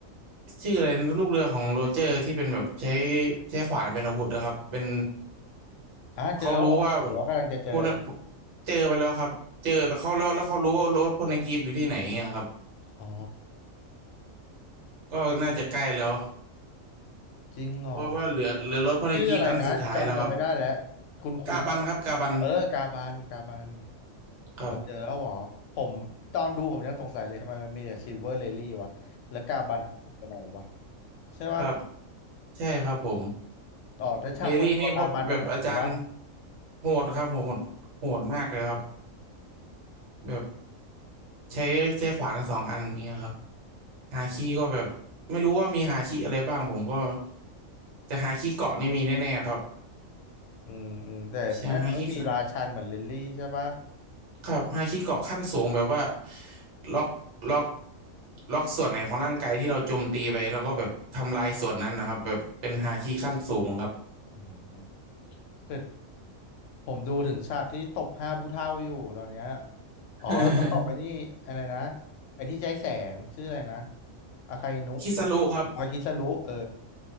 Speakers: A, on the right; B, on the left.
A: ชื่ออะไรนะลูกเรือของโรเจอร์ที่เป็นแบบใช้ใช้ขวานเป็นอาวุธนะครับเป็น
B: อ่ะเจอแล้วเหรอหรือว่ากำลังจะเจอ
A: เขารู้ว่าพวกนั้นเจอไปแล้วครับเจอแล้วเขาแล้วแล้วเขารู้ว่ารถพวกในกรีฟอยู่ที่ไหนเงี้ยครับ
B: อ๋อ
A: ก็น่าจะใกล้แล้ว
B: จริงเหรอ
A: เพราะว่าเหลือเหลือรถพวกในกรีฟอันสุดท้ายแล้วครับ
B: ชื่ออะไรนะจำจำไม่ได้แล้วคุณคุณ
A: กาบันครับกาบัน
B: เออกาบันกาบัน
A: ครับ
B: เขาเจอแล้วเหรอผมตอนดูผมยังสงสัยเลยทำไมมันมีแต่ซิลเวอร์เลลี่วะแล้วกาบันไปไหนวะ
A: <laughs>
B: ใช่ปะ
A: ครับใช่ครับผม
B: ต่อแต่ฉากเปิดตัวกาบันยังโหดอยู่ปะ
A: เรลลี่นี่พวกแบบอาจารย์โหดครับโหดโหดมากเลยครับแบบใช้ใช้ขวานสองอันเนี่ยครับหาคีก็แบบไม่รู้ว่ามีหาคีอะไรบ้างผมก็จะหาคีเกาะนี่มีแน่ๆครับ
B: อืมอืมแต่น่าจะไม่มีราชันเหมือนลิลลี่ใช่ปะ
A: ใช่ฮาคิครับฮาคิเกาะขั้นสูงแบบว่าล็อกล็อกล็อกส่วนไหนของร่างกายที่เราโจมตีไปแล้วก็แบบทำลายส่วนนั้นนะครับแบบเป็นฮาคิขั้นสูงครับ
B: อืมแต่ผมดูถึงฉากที่ตบห้าผู้เฒ่าอยู่ตอนเนี้ยอ๋อแล้วก็ตบไปนี่อะไรนะ
A: <laughs>
B: ไอ้ที่ใช้แสงชื่ออะไรนะอาคาอินุ
A: คิซารุครับ
B: อาคิสรุเออ